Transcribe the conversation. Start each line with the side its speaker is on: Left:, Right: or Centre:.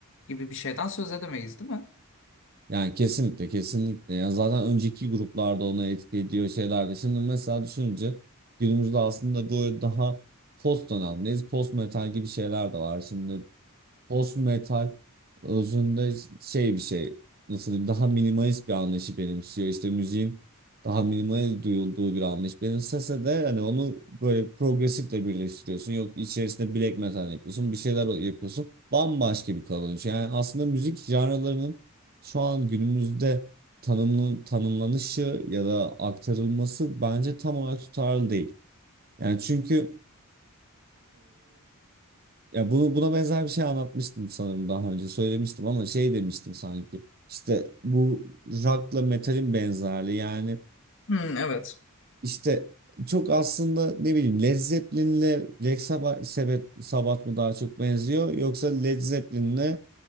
Left: gibi bir şeyden söz edemeyiz, değil mi?
Right: Yani kesinlikle kesinlikle. Yani zaten önceki gruplarda ona etki ediyor şeyler de. Şimdi mesela düşününce günümüzde aslında böyle daha post dönemdeyiz. Post metal gibi şeyler de var. Şimdi Post metal özünde şey bir şey nasıl diyeyim daha minimalist bir anlayışı benimsiyor. İşte müziğin daha minimal duyulduğu bir anlayış benimsese de hani onu böyle progresifle birleştiriyorsun. Yok içerisinde black metal yapıyorsun bir şeyler yapıyorsun. Bambaşka bir kalınış. Yani aslında müzik janralarının şu an günümüzde tanımlı, tanımlanışı ya da aktarılması bence tam olarak tutarlı değil. Yani çünkü ya bu buna benzer bir şey anlatmıştım sanırım daha önce söylemiştim ama şey demiştim sanki işte bu rock'la metalin benzerliği yani
Left: Hmm, evet.
Right: işte çok aslında ne bileyim Led Zeppelin'le Black Sabbath, Sabbath Sabbath mı daha çok benziyor yoksa Led Zeppelin'le